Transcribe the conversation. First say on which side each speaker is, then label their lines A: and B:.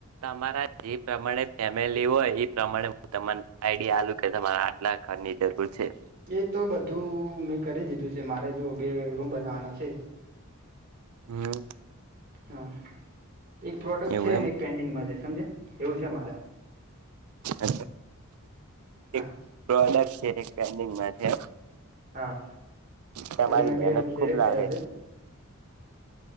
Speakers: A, on the right; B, on the right.
A: તમારા જે પ્રમાણે ફેમિલી હોય એ પ્રમાણે હું તમાને આઈડી આલુ કે તમારે આટલા ઘરની જરૂર છે.
B: એ તો બધું મ કરી દીધું છે મારે જો બે રૂમ બનાવાના છે.
A: હમ.
B: હા. એક પ્રોડક્ટ
A: એવું
B: છે ને એક પેન્ડિંગમાં છે સમજે એવું છે મારે.
A: એમ
B: હા.
A: એક પ્રોડક્ટ છે એક પેન્ડિંગમાં છે.
B: હા.
A: તમારી
B: એટલે મેં
A: મહેનત
B: બે રૂમ શેરેક
A: ખુબ લાગે
B: કર્યા છે.